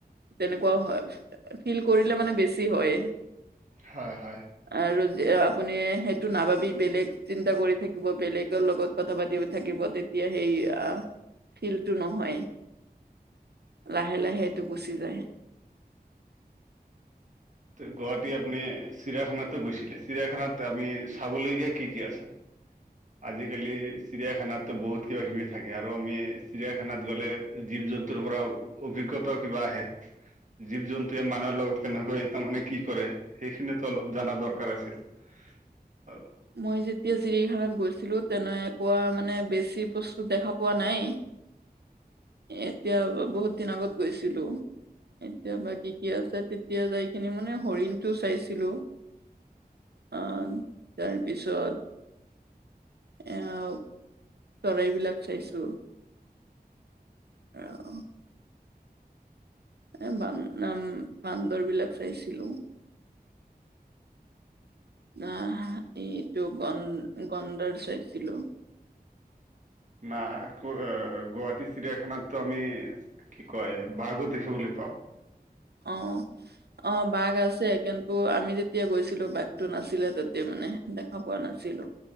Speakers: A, on the right; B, on the right.
A: তেনেকুৱাও হয়, ফিল কৰিলে মানে বেছি হয়েই।
B: হয়-হয়।
A: আৰু আপুনি সেইটো নাভাবি বেলেগ চিন্তা কৰি থাকিব বেলেগৰ লগত কথা পাতিব থাকিব তেতিয়া সেই ফিলটো নহয় লাহে লাহে এইটো গুচি যায়
B: গুৱাহাটী আপুনি চিৰিয়াখানাতো গৈছিলে চিৰিয়াখানাত আপনি চাবলৈগীয়া কি কি আছে
A: <unintelligible>
B: আজিকালি চিৰিয়াখানাত তো বহুত কিবাকিবি থাকে আৰু আমি চিৰিয়াখানাত গ'লে জীৱ জন্তুৰ পৰা অভিজ্ঞতাও কিবা আহে
A: <unintelligible>
B: জীৱ জন্তুয়ে মানুহৰ লগত তেনেকৈ তাৰমানানে কি কৰে, সেইখিনিতো অলপ জানা দৰকাৰ আছিল <unintelligible>
A: মই যেতিয়া চিৰিখানাত গৈছিলো তেনেকুৱা মানে বেছি বস্তু দেখা পোৱা নাই। এতিয়া বহুত দিন আগত গৈছিলো। এতিয়া বা কি-কি আছে তেতিয়া যাই কিনি মানে হৰিণতটো চাইছিলো। আ, তাৰপিছত <unintelligible> চৰাইবিলাক চাইছো <unintelligible> এ বানম-বান্দৰ বিলাক চাইছিলো- আহ, এইটো গন-গন্দৰ চাইছিলো।
B: বা আকৌ অ', গুৱাহাটী চিৰিয়াখানাতটো আমি কি কয় বাঘো দেখিবলৈ পাওঁ।
A: অ', অ', বাঘ আছে কিন তো' আমি যেতিয়া গৈছিলো বাঘটো নাছিলে তেতিয়া মানে, দেখা পোৱা নাছিলো।